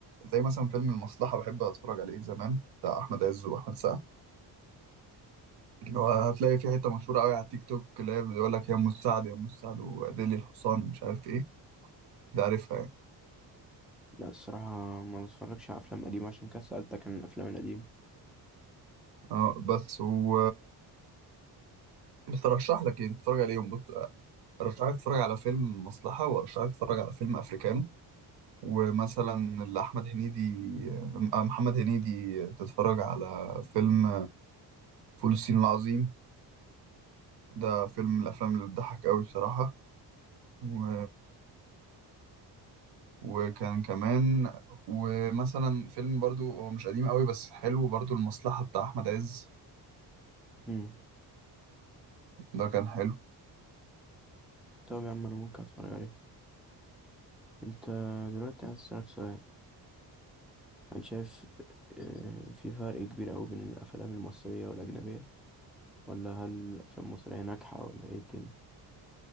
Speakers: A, on the right; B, in the centre.
A: زي مثلا فيلم المصلحة بحب أتفرج عليه زمان بتاع أحمد عز وأحمد سعد وهتلاقي في حتة مشهورة أوي على التيك توك اللي هي بيقول لك يا أم السعد يا أم السعد وأديلي الحصان مش عارف إيه ده عارفها يعني
B: لا الصراحة ما بتفرجش على أفلام قديمة عشان كده سألتك عن الأفلام القديمة
A: اه بس و بس أرشح لك يعني تتفرج عليهم بص ارشحك تتفرج على فيلم مصلحة وارشحك تتفرج على فيلم افريكانو ومثلا لأحمد هنيدي آه، محمد هنيدي تتفرج على فيلم فول الصين العظيم ده فيلم من الافلام اللي بتضحك قوي بصراحة و... وكان كمان ومثلا فيلم برضو هو مش قديم قوي بس حلو برضو المصلحة بتاع احمد عز
B: مم.
A: ده كان حلو
B: طب يا عم أنا ممكن أتفرج عليه أنت دلوقتي عايز أسألك سؤال أنا شايف آه، في فرق كبير أوي بين الأفلام المصرية والأجنبية ولا هل الأفلام المصرية ناجحة ولا إيه الدنيا؟